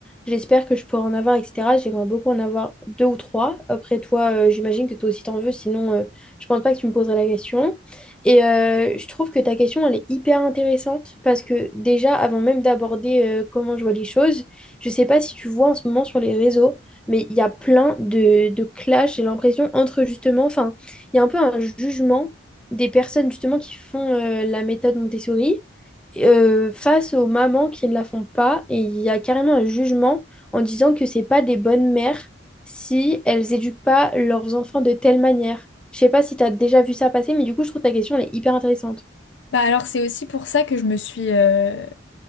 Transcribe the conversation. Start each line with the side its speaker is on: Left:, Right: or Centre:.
Centre: J'espère que je pourrai en avoir, etc. J'aimerais beaucoup en avoir deux ou trois. Après, toi, euh, j'imagine que toi aussi t'en veux, sinon, euh, je pense pas que tu me poserais la question. Et euh, je trouve que ta question, elle est hyper intéressante parce que déjà, avant même d'aborder euh, comment je vois les choses, je sais pas si tu vois en ce moment sur les réseaux, mais il y a plein de, de clashs, j'ai l'impression, entre justement, enfin, il y a un peu un jugement des personnes justement qui font euh, la méthode Montessori euh, face aux mamans qui ne la font pas. Et il y a carrément un jugement en disant que c'est pas des bonnes mères si elles éduquent pas leurs enfants de telle manière. Je sais pas si tu as déjà vu ça passer, mais du coup, je trouve ta question, elle est hyper intéressante.
Left: Bah alors c'est aussi pour ça que je me suis euh,